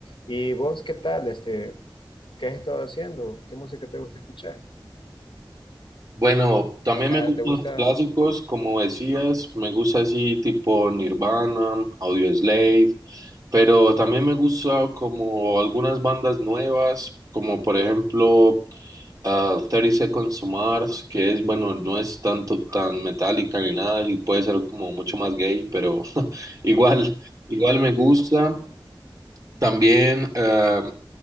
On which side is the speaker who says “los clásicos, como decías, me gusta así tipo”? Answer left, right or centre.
Right